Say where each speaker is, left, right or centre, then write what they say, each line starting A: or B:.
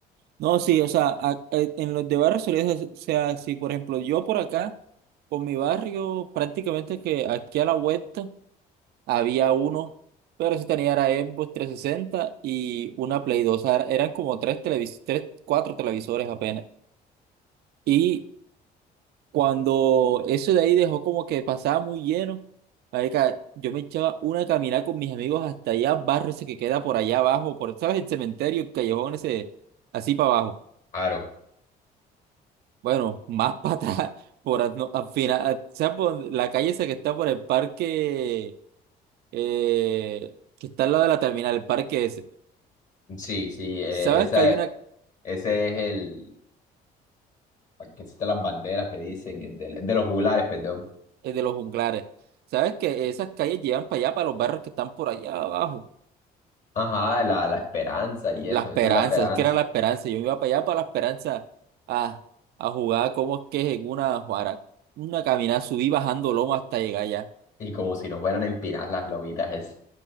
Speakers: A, on the right (about 70°); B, on the left (about 50°).
A: no, sí, o sea, a- a- en los de barrios solía ser- o sea, si por ejemplo yo por acá, con mi barrio, prácticamente que aquí a la vuelta había uno, pero ese tenía era Xbox 360 y una Play 2, o sea, eran como tres televisores, tres, cuatro televisores apenas. y cuando eso de ahí dejó como que pasaba muy lleno, marica, yo me echaba una caminada con mis amigos hasta allá, barrio ese que queda por allá abajo, por, ¿sabes? El cementerio, el callejón ese, así para abajo.
B: Claro.
A: Bueno, <laughs> más para atrás, por al, no, al final, al- ¿sabes? Por la calle esa que está por el parque, eh, que está al lado de la terminal, el parque ese.
B: Sí, sí, eh,
A: ¿Sabes
B: esa,
A: que hay una
B: ese es el, al que existen las banderas, le dicen, el de, el de los juglares, perdón.
A: eh, de los junglares? ¿Sabes que esas calles llevan para allá, para los barrios que están por allá abajo?
B: Ajá, la, la esperanza y eso,
A: La esperanza,
B: eso es la esperanza.
A: es que era la esperanza. Yo iba para allá para la esperanza a, a jugar como es que es en una, juara- una caminada, subí bajando loma hasta llegar allá.
B: Y como si nos fueran a empinar las lomitas esas.